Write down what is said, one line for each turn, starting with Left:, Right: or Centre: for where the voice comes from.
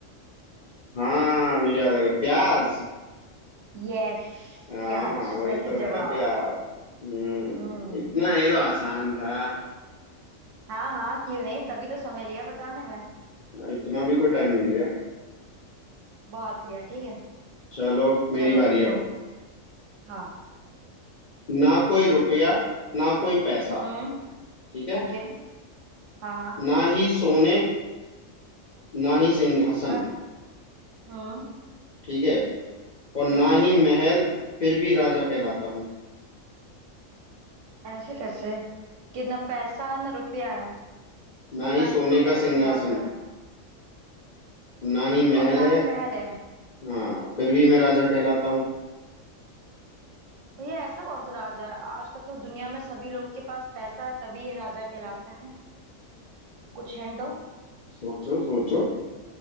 Left: हाँ मुझे याद आ गया प्याज
Right: यस
Left: हाँ
Right: प्याज सही
Left: वही तो
Right: जवाब
Left: है प्याज हम्म
Right: हम्म
Left: इतना ये तो आसान था
Right: हाँ हाँ क्यों नहीं तभी तो समय लिया बताने में
Left: इतना भी कोई टाइम नहीं लिया
Right: बहुत लिया ठीक है
Left: चलो मेरी
Right: चलो
Left: बारी
Right: पूछो
Left: अब
Right: हाँ
Left: ना कोई रुपया ना कोई पैसा
Right: हम्म
Left: ठीक है
Right: ओके हाँ हाँ
Left: ना ही सोने ना ही सिंहासन
Right: कस हम्म
Left: ठीक है और ना
Right: ठीक
Left: ही
Right: है
Left: महल फिर भी राजा कहलाता हूँ
Right: ऐसे कैसे कि ना पैसा है ना रुपया है
Left: ना
Right: और
Left: ही
Right: ना ही
Left: सोने
Right: सोने
Left: का
Right: का
Left: सिंहासन
Right: सिंहासन है
Left: ना ही महल
Right: और ना
Left: है
Right: ही महल है
Left: हाँ फिर भी मैं राजा कहलाता हूँ
Right: भैया ऐसा कौन सा राजा है आज तक तो दुनिया में सभी लोग के पास पैसा है तभी ये राजा कहलाते हैं कुछ हिंट दो
Left: सोचो सोचो